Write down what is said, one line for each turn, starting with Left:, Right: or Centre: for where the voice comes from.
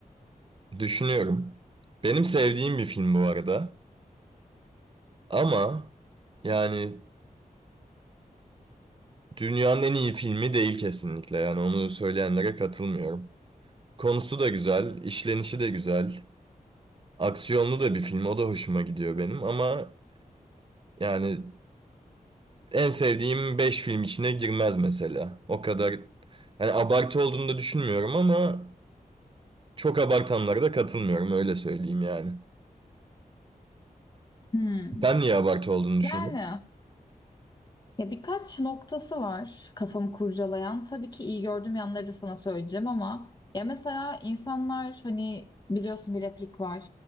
Right: düşünüyorum. Benim sevdiğim bir film bu arada. Ama yani dünyanın en iyi filmi değil kesinlikle. Yani onu söyleyenlere katılmıyorum. Konusu da güzel, işlenişi de güzel. Aksiyonlu da bir film. O da hoşuma gidiyor benim. Ama yani en sevdiğim 5 film içine girmez mesela. O kadar yani abartı olduğunu da düşünmüyorum ama çok abartanlara da katılmıyorum öyle söyleyeyim yani.
Left: Hmm.
Right: Sen niye abartı olduğunu düşündün?
Left: Yani Ya birkaç noktası var kafamı kurcalayan. Tabii ki iyi gördüğüm yanları da sana söyleyeceğim ama ya mesela insanlar hani biliyorsun bir replik var.